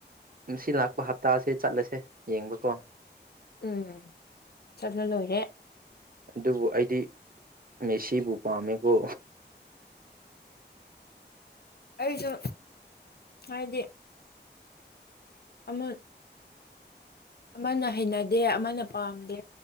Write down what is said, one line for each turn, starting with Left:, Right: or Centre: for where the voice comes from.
Right: ꯃꯁꯤ ꯂꯥꯛꯄ ꯍꯞꯇꯥꯁꯦ ꯆꯠꯂꯁꯦ ꯌꯦꯡꯕꯀꯣ
Left: ꯎꯝ ꯆꯠꯅ ꯂꯣꯏꯔꯦ
Right: ꯑꯗꯨꯕꯨ ꯑꯩꯗꯤ ꯃꯦꯁꯤꯕꯨ ꯄꯥꯝꯃꯦꯀꯣ
Left: ꯑꯩꯁꯨ ꯍꯥꯏꯗꯤ ꯑꯃ ꯑꯃꯅ ꯍꯩꯅꯗꯦ ꯑꯃꯅ ꯄꯥꯝꯗꯦ